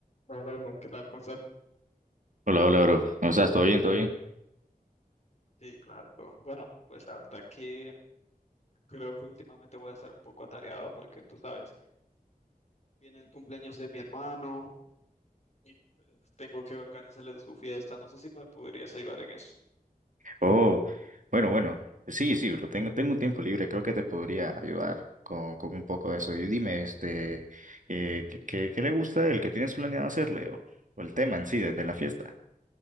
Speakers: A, on the left; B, on the right.
A: Hola, Bruno, ¿qué tal? ¿Cómo estás?
B: Hola, hola, bro. ¿Cómo estás? ¿Todo bien? ¿Todo bien?
A: Sí, claro. Bueno, pues la verdad que creo que últimamente voy a estar un poco atareado porque tú sabes, viene el cumpleaños de mi hermano y pues, tengo que organizarle su fiesta. No sé si me podrías ayudar en eso.
B: Oh, bueno, bueno. Sí, sí, bro. Tengo, tengo un tiempo libre. Creo que te podría ayudar con, con un poco de eso. Y dime, este, eh, ¿qué, qué- qué le gusta el que tienes planeado hacerle? O, o el tema en sí de, de la fiesta.